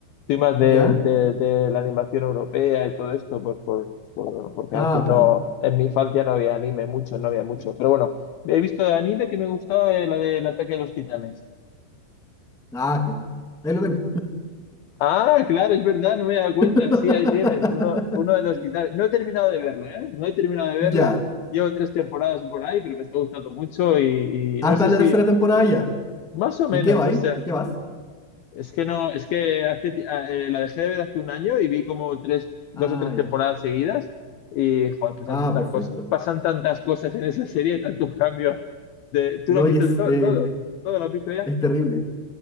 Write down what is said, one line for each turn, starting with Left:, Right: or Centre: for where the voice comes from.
Left: soy más del-
Centre: ya.
Left: de, de la animación europea y todo esto, por, por- por- porque
Centre: Ah,
Left: antes
Centre: claro.
Left: no, en mi infancia no había anime mucho, no había mucho. Pero bueno, he visto de anime que me gustaba eh, la del ataque de los titanes.
Centre: Ah, qué bueno. Ahí lo tengo.
Left: Ah, claro, es verdad, no me he dado cuenta.
Centre: <laughs>
Left: Sí, ahí tienes, uno, uno de los titanes. No he terminado de verla, ¿eh? No he terminado de verla.
Centre: Ya.
Left: Llevo tres temporadas por ahí, pero me está gustando mucho y, y
Centre: Hasta
Left: no sé
Centre: la
Left: si,
Centre: tercera temporada ya.
Left: más o menos,
Centre: ¿En qué va
Left: no
Centre: ahí?
Left: sé.
Centre: ¿En qué vas?
Left: Es que no, es que hace ti- a- eh, la dejé de ver hace un año y vi como tres, dos
Centre: Ah,
Left: o tres
Centre: ya.
Left: temporadas seguidas y joder, pasan
Centre: Ah,
Left: tantas
Centre: perfecto.
Left: cosas, pasan tantas cosas en esa serie, tantos cambios. De, ¿tú
Centre: No,
Left: lo has visto
Centre: y es,
Left: to-
Centre: eh,
Left: todo? ¿Todo lo has visto ya?
Centre: es terrible.